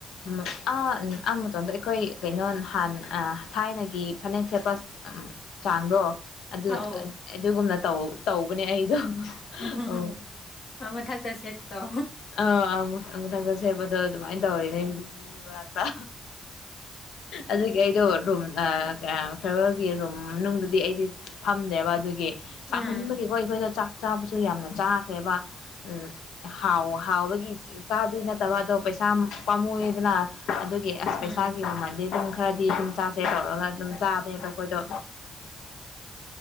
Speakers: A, on the left; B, on the left.
A: ꯎꯝ ꯑꯥ ꯑꯥ ꯃꯇꯣꯝꯗ ꯑꯩꯈꯣꯏ ꯀꯩꯅꯣ ꯅꯥꯟ ꯊꯥꯏꯅꯒꯤ ꯐꯅꯦꯛ ꯁꯦꯠꯄ ꯆꯥꯡꯗꯣ ꯑꯗꯨ
B: ꯑꯧ
A: ꯑꯗꯨꯒꯨꯝꯅ ꯇꯧ ꯇꯧꯕꯅꯦ ꯑꯩꯗꯣ
B: ꯎꯝ
A: ꯑꯧ
B: ꯃꯊꯛꯇ ꯁꯦꯠꯄꯗꯣ
A: ꯑꯥ ꯑꯃꯨꯛ ꯑꯃꯨꯇꯪ ꯁꯦꯕꯗꯣ ꯑꯗꯨꯃꯥꯏꯅ ꯇꯧꯔꯤꯅꯦ ꯃꯤ ꯃꯔꯥꯛꯇ ꯑꯗꯨꯒꯤ ꯑꯩꯗꯣ ꯔꯨꯝ ꯑꯥ ꯐꯦꯔꯋꯦꯜꯒꯤ ꯔꯨꯝ ꯅꯨꯡꯗꯨꯗꯤ ꯑꯩꯗꯤ ꯐꯝꯗꯦꯕ ꯑꯗꯨꯒꯤ
B: ꯎꯝ ꯎꯝ
A: ꯁꯥꯃꯟꯕꯒꯤꯀꯣ ꯑꯩꯈꯣꯏꯗ ꯆꯥꯛ ꯆꯥꯕꯁꯨ ꯌꯥꯝꯅ ꯆꯥꯈ꯭ꯔꯦꯕ ꯎꯝ ꯍꯥꯎ ꯍꯥꯎꯕꯒꯤ ꯆꯥꯕꯗꯤ ꯅꯠꯇꯕ ꯑꯗꯣ ꯄꯩꯁꯥ ꯄꯥꯝꯃꯨꯑꯦꯗꯅ ꯑꯗꯨꯒꯤ ꯑꯁ
B: ꯎꯝ
A: ꯄꯩꯁꯥꯒꯤ ꯃꯃꯜꯗꯤ ꯑꯗꯨꯝ ꯈꯔꯗꯤ ꯑꯗꯨꯝ ꯆꯥꯁꯦ ꯇꯧꯔꯒ ꯑꯗꯨꯝ ꯆꯥ ꯅꯦꯕ ꯑꯩꯈꯣꯏꯗꯣ